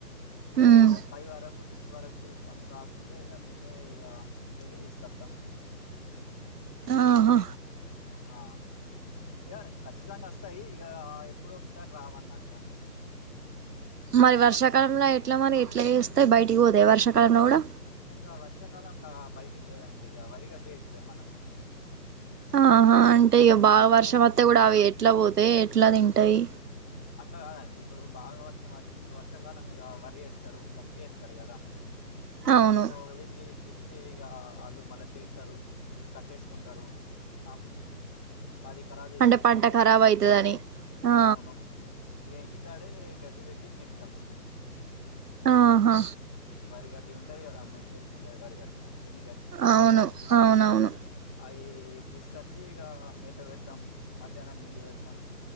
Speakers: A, in the centre; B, on the right.
A: ఇక
B: ఉమ్
A: ఫైవ్ వరకు సిక్స్ వరకు రాకుంటే ఇక మేమే ఇ వెళ్లి తీసుకొస్తాం
B: ఆ హా
A: ఆ ఇక ఖచ్చితంగా వస్తాయి ఇక ఎప్పుడు ఒకసారి రావన్నట్టు అంతే
B: మరి వర్షాకాలంలో ఎట్లా మరి ఎట్లా చేస్తాయి బయటికి పోతాయి వర్షకాలంలో కూడా
A: ఇక వర్షాకాలంలా బయటికి లేదండి ఇక వరిగడ్డి వేసుడే మనం
B: ఆహా అంటే
A: ఎందుకంటే
B: ఇక బాగా
A: ఇప్పుడు
B: వర్షం వత్తే కూడా అవి ఎట్లా పోతాయి ఎట్లా తింటాయి
A: అట్లా గాదండి ఇప్పుడు బాగా వర్షం అచ్చంది వర్షాకాలం ఇగ వరి యేస్తరు ప త్తి యేస్తరు గదా
B: అవును
A: అందులో యెళ్ళి తిం టే ఇగ ఆళ్ళు మళ్ళా తిడతారు కట్టేసుకుంటారు నం మాది కరాబ్ జేషినయి
B: అంటే పంట
A: పత్తి
B: ఖరాబ్
A: తిన్నయి
B: అయితదని ఆ
A: అవును ఇగ ఇంటికాడే గడ్డి పెట్టి మేపుతామండి
B: ఆ హా
A: వరి గడ్డి ఉంటది కదా మీకు తెలిసుంటది వరి గడ్డి ఎన్ని గడ్డి
B: అవును అవునవును
A: అవి తీసుకచ్చి ఇగ మేత పెడతాం మధ్యాహ్నం నీళ్ళు పెడతాం